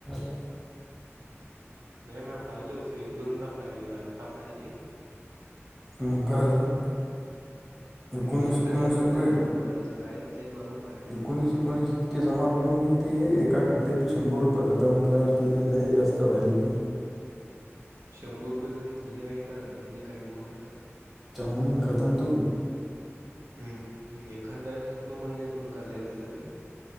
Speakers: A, in the centre; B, on the right.
A: <unintelligible>
B: यान पाहिल होते. एक दोनदा पाहिले. आत्ता पाहिले?
A: मग काय झालं? एकोणीस
B: नेट
A: एकोणीस
B: तर चालत
A: रुपये.
B: नाही तुझ्या मोबाईलातून काय रिचार्ज मारून फायदा आहे
A: एकोणीस एकोणीस- इतके जमा करून बी ते, एका खट्ट्यात तू शंभर रुपये खतम म्हणल्यावरती. लई जास्त व्हायलीत ना?
B: शंभर रुपये कधी खाल्ली <unintelligible> काही बोलायला
A: चाऊमिन खातो ना तू?
B: हम्म. एखाद्या वेळेस खातो महिन्यातून. का लई खाल्लं रे?